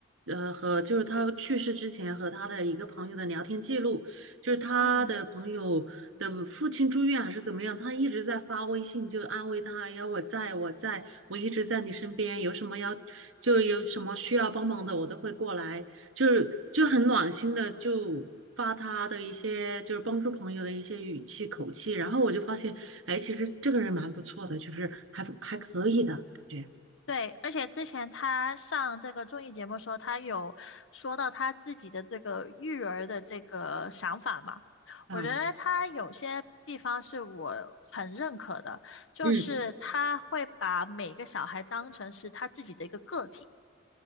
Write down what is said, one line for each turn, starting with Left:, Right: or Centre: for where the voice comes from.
Right: 呃，和就是他去世之前和他的一个朋友的聊天记录，就是他的朋友的父亲住院还是怎么样，
Left: 嗯。
Right: 他一直在发微信就安慰他，要我在我在，我一直在你身边，有什么要就有什么需要帮忙的，我都会过来。就是就很暖心的，就发他的一些就是帮助朋友的一些语气口气，然后我就发现，哎，其实这个人蛮不错的，就是还还可以的感觉，
Left: 对，而且之前他上这个综艺节目的时候，他有说到他自己的这个育儿的这个想法嘛。
Right: 嗯，
Left: 我觉得他有些地方是我很认可的，就是他会把每个小孩当成是他自己的一个个体，
Right: 嗯